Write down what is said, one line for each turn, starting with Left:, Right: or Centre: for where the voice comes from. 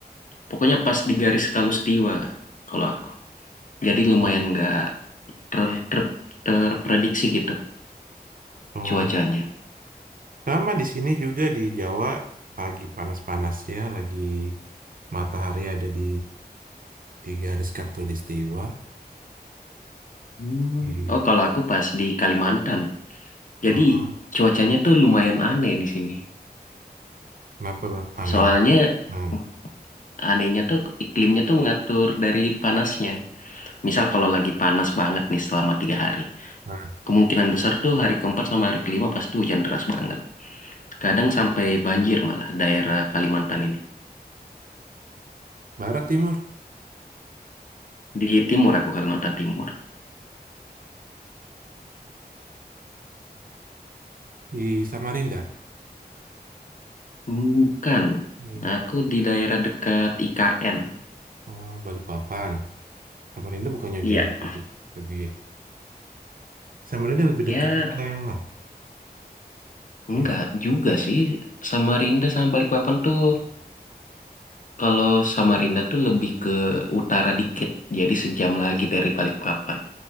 Left: Pokoknya pas di garis Kalustiwa lah kalau aku. Jadi
Right: Oh,
Left: lumayan nggak ter- ter- terprediksi gitu
Right: oh.
Left: cuacanya.
Right: Sama di sini juga di Jawa pagi panas-panas ya, lagi matahari ada di di garis khatulistiwa.
Left: Hmm.
Right: Gitu.
Left: Oh, kalau aku pas di Kalimantan. Jadi
Right: Oh,
Left: cuacanya tuh lumayan aneh di sini.
Right: kenapa bang? Aneh.
Left: Soalnya
Right: Nah,
Left: uh, anehnya tuh iklimnya tuh ngatur dari panasnya. Misal kalau lagi panas banget nih selama tiga hari.
Right: nah.
Left: Kemungkinan besar tuh hari keempat sama hari kelima pasti hujan deras banget. Kadang sampai banjir malah daerah Kalimantan ini.
Right: Barat Timur.
Left: Di timur aku Kalimantan Timur.
Right: Di Samarinda,
Left: Bukan.
Right: di
Left: Aku di daerah dekat IKN.
Right: oh, Balikpapan. Samarinda bukannya
Left: Iya.
Right: dia lebih, lebih Samarinda lebih
Left: Ya,
Right: dekat UKM lah.
Left: enggak
Right: Ya,
Left: juga sih. Samarinda sama Balikpapan tuh, kalau Samarinda tuh lebih ke utara dikit. Jadi sejam lagi dari Balikpapan.